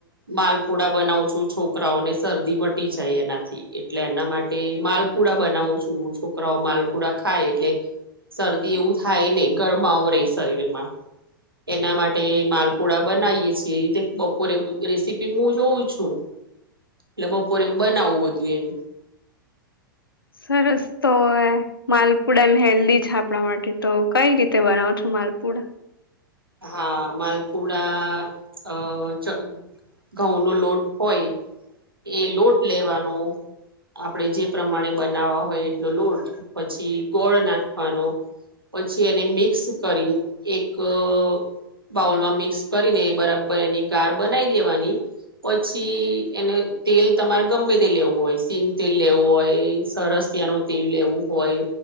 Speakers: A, on the right; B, on the left.
A: માલપુડા બનાવું છું છોકરાઓને શરદી મટી જાય એનાથી એ એટલે એના માટે માલપુડા બનાવો છું, છોકરાઓ માલપુડા ખાય એટલે શરદી એવું થાય નહી ગરમાવો રેય શરીરમાં એના માટે માલપુડા બનાવીએ છીએ એ રીતે બપોરે <inaudible> રેસીપી હું જોઉં છું. એટલે બપોરે હું બનાવવું બધું એમ.
B: સરસ તો હ માલપુડા એમ હેલ્ધી છે, આપણા માટે તો કઈ રીતે બનાવો છો માલપુડા?
A: હા માલપુડા અ ચ ઘઉં નો લોટ હોય એ લોટ લેવાનો આપણે જે પ્રમાણે બનાવવા હોય એટલો લોટ પછી ગોળ નાખવાનો પછી એને મિક્સ કરીને એક અ બાઉલમાં મિક્સ કરી બરાબર એની ગાર બનાવી દેવાની પછી એને તેલ તમારે ગમે તે લેવું હોય સિંગ તેલ લેવું હોય સરસિયા નું તેલ લેવું હોય